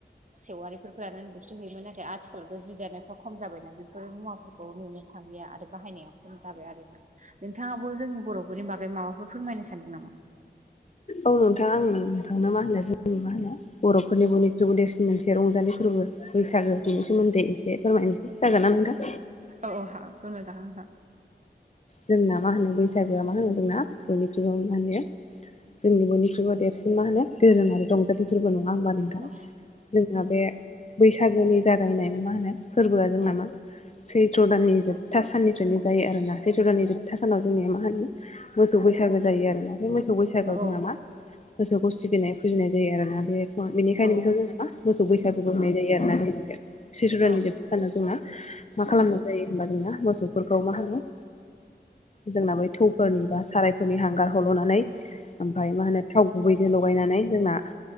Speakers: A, on the right; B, on the left.
A: सेवारिफोरखौ लानानै बुसो होयो नाथाय आथिखालावथ' जि दानायफ्रा खम जाबायना बेफोर मुवाफोरखौ नुनो थांलिया आरो बाहायनाया खम जाबाय आरोना। नोंथाङाबो जोंनि बर'फोरनि बागै माबाफोर फोरमायनो सानदों नामा?
B: औ नोंथां आङो नोंथांनो मा होनो जोंनि मा होनो बर'फोरनि बयनिख्रुइबो देरसिन मोनसे रंजालि फोरबो बैसागो बिनि सोमोन्दै एसे फोरमायनोसै जागोन ना नोंथां।
A: औ औ फोरमायजागोन‌ नोंथां।
B: जोंना मा होनो बैसागोआ मा होनो जोंना बयनिख्रुइबो मा होनो जोंनि बयख्रुयबो देरसिन मा होनो दोरोङारि रंजाथि फोरबो नङा होनबा नोंथां
A: अ
B: जोंना बे बैसागोनि जा जायनाय मा होनो फोरबोआ जोंना मा सैथ्र' दाननि जोबथा साननिफ्रायनो जायो आरोना। सैथ' द'नि जोबथा सानाव जोंनिया मा होनोमो मोसौ बैसागो जायो आरोना बे मोसौ बैसागोआव
A: अ औ
B: जोंना मा गोसोखौ सिबिनाय फुजिनाय जायो आरोना बे बेनिखायनो
A: औ
B: बेखौ जोंना मा मोसौ बैसागुबो होनाय जायो आरोना जों सैथदाननि
A: औ
B: जोबथा सानाव जोंना मा खालामनाय जायो होनबा जोंना मोसौफोरखौ मा होनो जोंना बै थौफोरनि बा सारायफोरनि हांगार हल'नानै ओमफ्राय मा होनो थाव गुबैजों लगायनानै जोंना